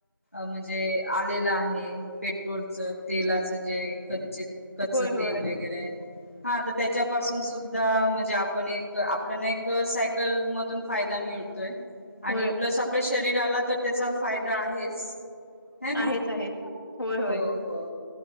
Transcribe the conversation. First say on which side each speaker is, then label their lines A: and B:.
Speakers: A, on the left; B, on the left.
A: म्हणजे आलेलं आहे, पेट्रोलचं तेलाचं जे. कच्चे. कच्च
B: होय
A: तेल
B: होय
A: वगैरे हा तर त्याच्या. पासून सुद्धा म्हणजे आपण एक आपल्याला एक साय सायकल मधून फायदा मिळतोय, आणि
B: होय
A: प्लस आपल्या शरीराला तर त्याचा. फायदा आहेच. है ना
B: आहेच-आहेच, हो-होय.
A: हो हो